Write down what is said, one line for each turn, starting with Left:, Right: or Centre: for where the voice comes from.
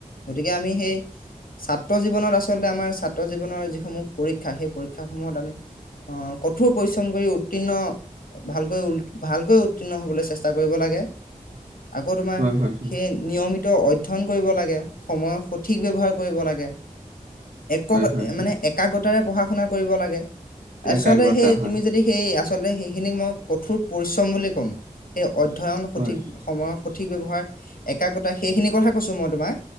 Left: গতিকে আমি সেই ছাত্ৰ জীৱনত আচলতে আমাৰ ছাত্ৰ জীৱনৰ যিসমূহ পৰীক্ষা সেই পৰীক্ষাসমূহত আমি অ, কঠোৰ পৰিশ্ৰম কৰি উত্তীৰ্ণ ভালকৈ উল ভালকৈ উত্তীৰ্ণ হ'বলৈ চেষ্টা কৰিব লাগে। আকৌ তোমাৰ
Right: হয় হয় হয়
Left: সেই নিয়মিতো অধ্যয়ন কৰিব লাগে সময়ৰ স ঠিক ব্যৱহাৰ কৰিব লাগে। এক
Right: হয় হয় হয়
Left: মানে একাগ্ৰতাৰে পঢ়া শুনা কৰিব লাগে।
Right: একাগ্ৰতা
Left: আচলতে সেই
Right: হয়
Left: তুমি যদি সেই আচলতে সেইখিনিক মই কঠোৰ পৰিশ্ৰম বুলি ক'ম। সেই অধ্যয়ন সঠিক
Right: হয়
Left: সময়ৰ সঠিক ব্যৱহাৰ একাগ্ৰতা সেইখিনি কথা কৈছোঁ মই তোমাক।